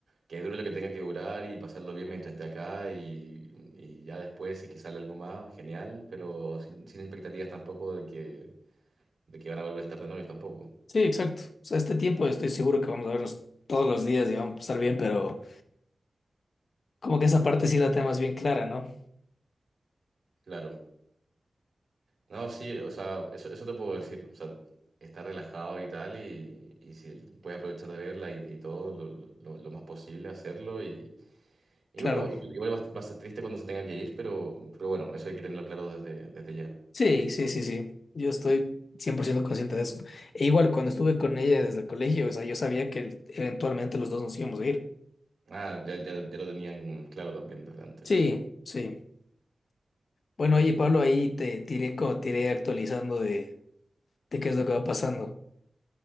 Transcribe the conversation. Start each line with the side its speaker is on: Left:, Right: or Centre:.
Right: que dure lo que tenga que durar y pasarlo bien mientras esté acá y, y ya después si es que sale algo más, genial, pero sin, sin expectativas tampoco de que, de que van a volver a estar de novios tampoco,
Left: Sí, exacto. O sea, este tiempo estoy seguro que vamos a vernos todos los días y vamos a estar bien, pero como que esa parte sí la tenemos bien clara, ¿no?
Right: claro. No, sí, o sea, eso, eso te puedo decir. O sea, está relajado y tal, y, y si puedes aprovechar de verla y, y todo, lo, lo- lo- lo más posible hacerlo. Y, y
Left: Claro.
Right: bueno, igual va, a va a ser triste cuando se tenga que ir, pero, pero bueno, eso hay que tenerlo claro desde, desde ya.
Left: Sí, sí, sí, sí. Yo estoy 100% consciente de eso. E igual, cuando estuve con ella desde el colegio, o sea, yo sabía que eventualmente los dos nos íbamos a ir.
Right: Ah, ya, ya, ya lo tenían claro también desde antes.
Left: Sí, sí. Bueno, oye, Pablo, ahí te tiré, co- te iré actualizando de, de qué es lo que va pasando.